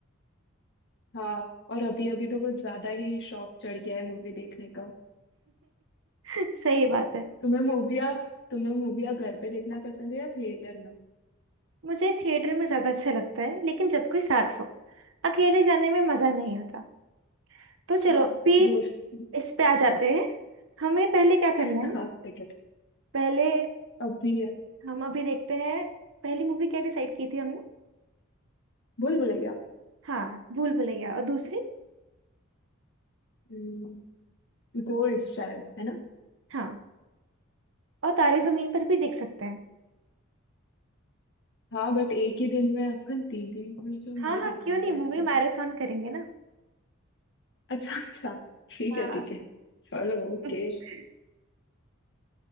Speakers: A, on the left; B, on the right.
A: हाँ और अभी अभी तो कुछ ज्यादा ही शौक चढ़ गया है मूवी देखने का
B: <laughs> सही बात है
A: तुम्हें मूविया तुम्हें मूविया घर पे देखना पसंद है या थिएटर में
B: मुझे थिएटर में ज्यादा अच्छा लगता है लेकिन जब कोई साथ हो अकेले जाने में मजा नहीं आता तो चलो
A: हाँ
B: अभी
A: दोस्त
B: इस पे आ जाते हैं हमें पहले क्या करना
A: <laughs>
B: है
A: हाँ टिकट
B: पहले
A: अभी है
B: हम अभी देखते हैं पहली मूवी क्या डिसाइड की थी हमने
A: भूल भुलैया
B: हाँ भूल भुलैया और दूसरी
A: हम्म। गोल्ड शायद है ना
B: हाँ और तारे जमीन पर भी देख सकते हैं
A: हाँ बट एक ही दिन में अपन तीन तीन मूवी तो नहीं
B: हाँ हाँ
A: देख
B: क्यों
A: पाएंगे
B: नहीं मूवी
A: आई गेस
B: मैराथन करेंगे ना
A: अच्छा अच्छा ठीक
B: हाँ
A: है ठीक है चलो ओके
B: <laughs>